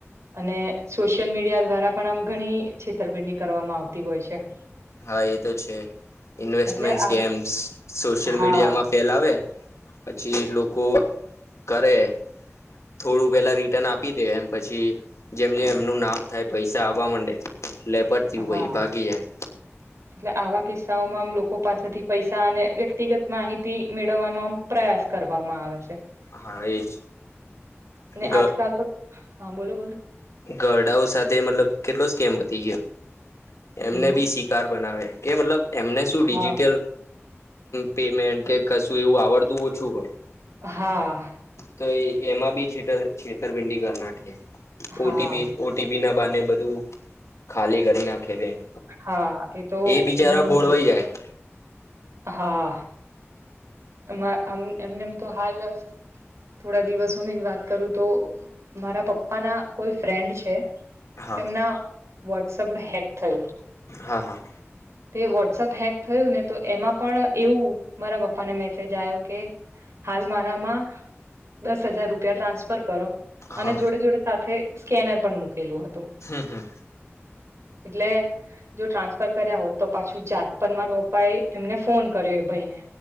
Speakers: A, on the right; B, on the left.
A: અને સોશિયલ મીડિયા દ્વારા પણ આમ ઘણી છેતરપિંડી કરવામાં આવતી હોય છે.
B: હા એ તો છે. ઇન્વેસ્ટમેન્ટ
A: એટલે આ
B: સ્કેમ્સ, સોશિયલ
A: હા
B: મીડિયામાં ફેલાવે પછી લોકો કરે થોડું પેલા રિટર્ન આપી દે એમ પછી, જેમ જેમ એમનું નામ થાય પૈસા આવવા માંડે લેપટતી
A: હા
B: હોઈ બાકીજ <unintelligible>
A: એટલે આવા કિસ્સાઓમાં આમ લોકો પાસેથી પૈસા અને વ્યક્તિગત માહિતી મેળવવાનો આમ પ્રયાસ કરવામાં આવે છે
B: હા એજ
A: અને
B: ગ
A: આજકાલ તો હા બોલો બોલો
B: ગરડાઓ સાથે મતલબ કેટલો સ્ કેમ વધી ગયો એમને
A: એવું
B: બી શિકાર બનાવે કે મતલબ એમને શું ડિજિટલ
A: હા
B: પેમેન્ટ કે કશું એવું આવડતું ઓછું હોય
A: હા.
B: તો એમાં બી છેતર છેતરપિંડી કર નાખી
A: હા
B: ઓટીપી ઓટીપી ના અને બધું ખાલી કરી નાખે બેંક
A: હા તો
B: એ બિચારા
A: ઘણું
B: ભોળવાઈ
A: જ
B: જાય-
A: હા. એમ એમને એમ તો હાલ થોડા દિવસોની જ વાત કરું તો મારા પપ્પા ના કોઈ ફ્રેન્ડ છે
B: હા
A: એમના વોટ્સઅપમાં હેક થયું તું.
B: હા હા.
A: તે વોટ્સઅપ હેક થયું ને તો એમાં પણ એવું મારા પપ્પાને મેસેજ આવ્યો કે હાલ મારામાં દસ હજાર રૂપ રૂપિયા ટ્રાન્સફર કરો
B: હા
A: અને જોડે જોડે સાથે સ્કેનર પણ મૂક કેલું હતું
B: હમ હમ
A: એટલે જો ટ્રાન્સફર કર્યા હોત તો પાછું જાતપ માર પપા એમને ફોન કર્યો ભાઈને